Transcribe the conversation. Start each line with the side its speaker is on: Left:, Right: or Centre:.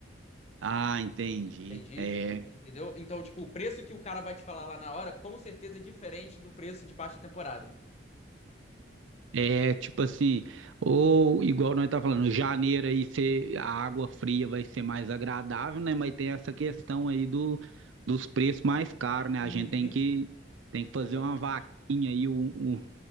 Right: Ah, entendi.
Left: Entendi?
Right: É,
Left: Entendeu? Então, tipo, o preço que o cara vai te falar lá na hora, com certeza é diferente do preço de baixa temporada.
Right: é tipo assim, ou igual nós tá falando, janeiro aí cê- a água fria vai ser mais agradável, né? Mas tem essa questão aí do, dos preços mais caros, né?
Left: Uhum.
Right: A gente tem que, tem que fazer
Left: Exatamente.
Right: uma vaquinha aí, um, um